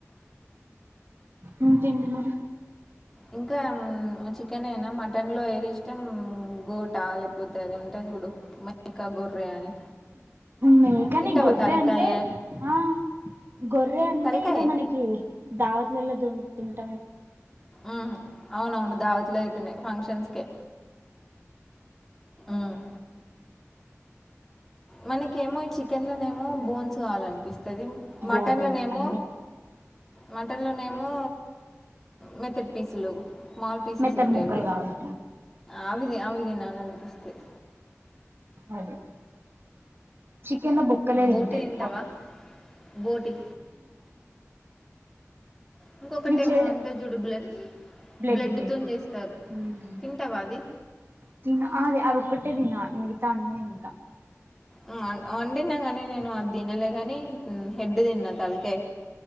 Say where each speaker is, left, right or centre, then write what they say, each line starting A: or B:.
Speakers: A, on the right (about 45°); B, in the centre.
A: ఇంకేంటి మరీ
B: ఇంకా చికెనెనా మటన్ లో ఏది ఇష్టం బోటాలె కొద్ అది ఉంటే చూడు మేకా గొర్రె అని
A: మేకనె
B: తింటావా
A: గొర్రె
B: తలకాయ
A: అంటే ఆ గొర్రె
B: తిన్
A: అంటే
B: తలకాయ
A: ఇగ మనకి దావతులలో ది తింట
B: ఉ అవునవును దావత్లయితేనె ఫంక్షన్స్కే ఉమ్. మనకెమో ఈ చికెన్ లనేమో బోన్స్ కావాలనిపిస్తంది మటన్లనేమో
A: బోటి అన్ని
B: మటన్లనేమో మెత్తటి పీసులు స్మాల్ పీసెస్
A: మెత్తటి
B: ఉంటాయి
A: ముక్కలు
B: చూడు
A: కావాలి
B: అవిది అవి తినాలనిపిస్తయ్
A: అదే చికెన్ ల బొక్కలే తింటా
B: బోటి
A: ఎక్కువ
B: తింటావా బోటి ఇంకొకటమో
A: నీ చెడ
B: ఉంటదిజుడు బ్లె
A: బ్లడ్
B: బ్లెడ్డుతోని
A: బ్లడ్
B: చేస్తారు
A: ఉమ్
B: తింటావా అది
A: తిన ఆది అదొక్కటే దిన మగితా అన్ని తింటా
B: ఉం వ వండినా గాని నేను అది తినలేగాని హెడ్ తిన్నా తలకే